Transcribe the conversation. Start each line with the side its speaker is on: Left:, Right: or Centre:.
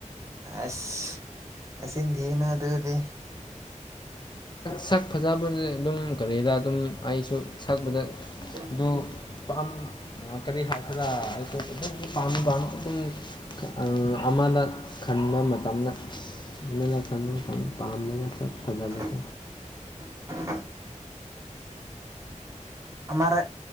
Right: ꯑꯁ ꯅꯆꯤꯟ ꯊꯤꯒꯅꯨ ꯑꯗꯨꯗꯤ
Left: ꯁꯛ ꯐꯖꯕꯁꯤ ꯑꯗꯨꯝ ꯀꯔꯤꯔ ꯑꯗꯨꯝ ꯑꯩꯁꯨ ꯁꯛꯄꯗ
Right: <inaudible>
Left: ꯑꯣ ꯄꯥꯝ ꯀꯔꯤ ꯍꯥꯏꯁꯦꯔꯥ ꯑꯩꯁꯨ ꯑꯗꯨꯒꯤ ꯄꯥꯝꯃ ꯄꯥꯝꯃ ꯑꯗꯨꯝ ꯑ ꯑꯃꯅ ꯈꯟꯕ ꯃ ꯃꯇꯝꯅ ꯑꯃꯅ ꯈꯟꯕ ꯃꯇꯝ ꯄꯥꯝꯗꯦꯗ ꯁꯛ ꯐꯖꯕꯁꯦ꯫
Right: <inaudible> ꯑꯃꯔꯛ